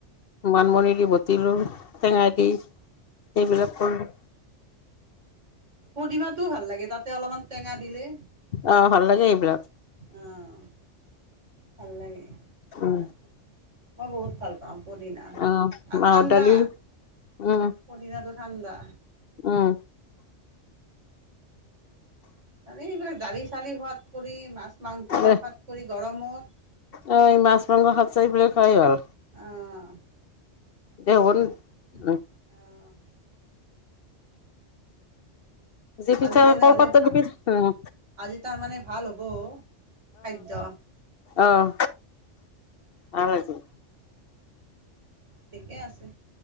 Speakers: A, on the left; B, on the right.
A: মানিমুনি দি বটিলো টেঙাই দি। এইবিলাক কৰলো।
B: পুদিনাটো ভাল লাগে তাত তে অলপমান টেঙা দিলে।
A: অ', ভাল লাগে এইবিলাক।
B: অঁ। ভাল লাগে পুদিনাটো।
A: উম।
B: মই বহুত ভাল প পাওঁ পুদিনা
A: অ',
B: আৰু
A: মাহৰ
B: ঠাণ্ডা।
A: দালি উম,
B: পুদিনাটো ঠাণ্ডা।
A: উম,
B: আৰু এইবিলাক দালি চালি খোৱাত কৰি মাছ মাংস
A: দে
B: খোৱাদ কৰি গৰমত
A: অ এই মাছ মাংস খোৱাতচে এইবোৰে খোৱাই ভাল।
B: অ',
A: দে
B: এইবিলাক
A: হ
B: অ',
A: পিঠা
B: আজি তেনেহ'লে
A: কলপাতত দি পিঠা উম,
B: আজি তাৰমানে ভাল হ'ব খাদ্য?
A: আহ ভাল আজি।
B: ঠিকে আছে।